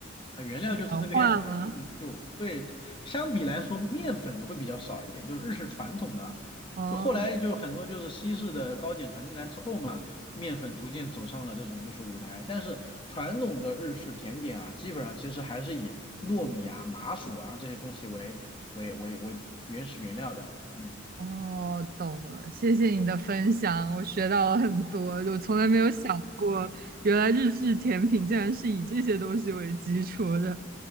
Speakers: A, on the left; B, on the right.
A: 啊，原料就是这个样子呀，
B: 氧化吗？
A: 那么就对，相比来说，面粉的会比较少一点，就是日式传统的，
B: 哦
A: 就后来就很多就是西式的糕点传进来之后嘛，面粉逐渐走上了这种就是舞台，但是传统的日式甜点啊，基本上其实还是以糯米啊、麻薯啊这些东西为为为为原始原料的，嗯，
B: 哦，懂了，谢谢你的分享，我学到了很多，我从来没有想过，原来日式甜品竟然是以这些东西为基础的。